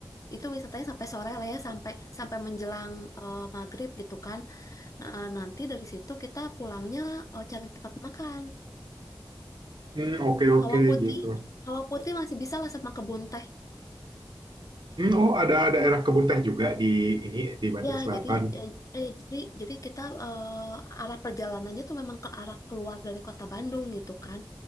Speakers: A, on the left; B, on the right.
A: Itu wisatanya sampai sore lah ya, sampai sampai menjelang eh, maghrib gitu kan. Nah, nanti dari situ kita pulangnya eh, cari tempat makan.
B: Hmm, oke oke
A: Kawah putih,
B: gitu.
A: kawah putih masih bisa lah sama kebun teh.
B: Hmm, oh ada daerah kebun teh juga di ini di Bandung
A: Ya,
B: Selatan.
A: jadi ya, eh, jadi jadi kita eh, arah perjalanannya tuh memang ke arah keluar dari kota Bandung gitu kan,